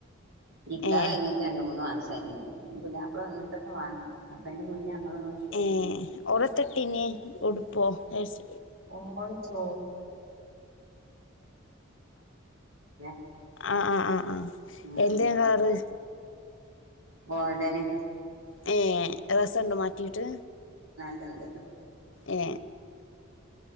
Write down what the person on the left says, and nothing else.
ഏ
ഏ ഒളത്തട്ടീന് ഉടു ഇപ്പോ നെസ്
ആ ആ ആ ആ
എന്തേം കളറ്
ഏ രസണ്ടോ മാറ്റിയിട്ട്
ഏ